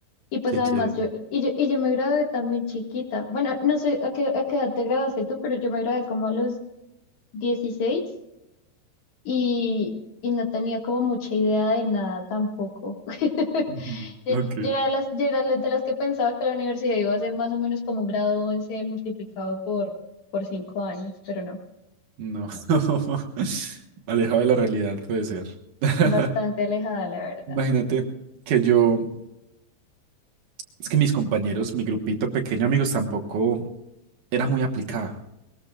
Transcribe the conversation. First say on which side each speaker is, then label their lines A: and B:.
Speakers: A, on the left; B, on the right.
A: Y pues
B: qué
A: además
B: chévere.
A: yo, y yo, y yo me gradué también chiquita. Bueno, no sé a qué, a qué edad te graduaste tú, pero yo me gradué como a los 16 y, y no tenía como mucha idea de nada tampoco. <laughs>
B: Ujú.
A: Yo
B: Ok,
A: yo era de las, yo era de las que pensaba que la universidad iba a ser más o menos como un grado 11 multiplicado por, por cinco años, pero no,
B: no. <laughs> Alejado de la realidad, puede ser. <laughs>
A: bastante alejada la verdad.
B: Imagínate que yo, es que mis compañeros, mi grupito pequeño, amigos, tampoco era muy aplicado.